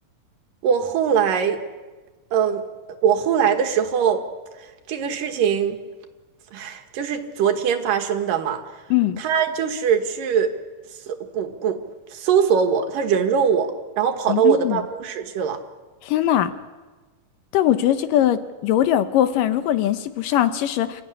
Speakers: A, on the right (about 80°); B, on the left (about 80°).
A: 我后来嗯，我后来的时候，这个事情，唉，就是昨天发生的嘛。
B: 嗯
A: 他就是去搜谷谷搜索我，他人肉我，然后跑到我的办公室去了。
B: 嗯，天呐，但我觉得这个有点儿过分。如果联系不上，其实，